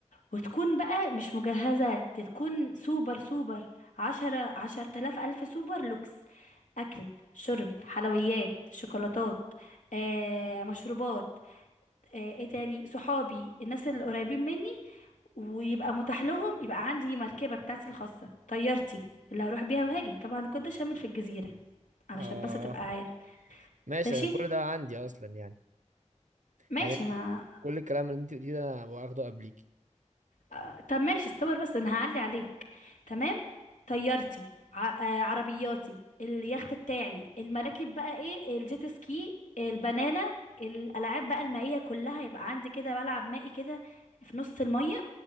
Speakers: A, on the left (about 85°); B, on the right (about 80°).
A: وتكون بقى مش مجهزة تكون سوبر سوبر عشرة عشر تلاف ألف سوبر لوكس أكل شرب حلويات شوكولاتات آه مشروبات آه ايه تاني صحابي الناس اللي قريبين مني ويبقى متاح لهم يبقى عندي مركبة بتاعتي الخاصة طيارتي اللي هروح بيها وهاجي طبعا كنت شامل في الجزيرة علشان
B: اه
A: بس تبقى عارف
B: ماشي
A: ماشي
B: انا كل ده عندي اصلا يعني
A: ماشي
B: يعني انت
A: ما
B: كل الكلام اللي انت قلتيه ده انا واخده قبليك
A: آه، طب ماشي استور بس انا هعلي عليك تمام طيارتي ع- آه، عربياتي اليخت بتاعي المراكب بقى ايه الجيت سكي البنانة الالعاب بقى المائية كلها يبقى عندي كده ملعب مائي كده في نص المية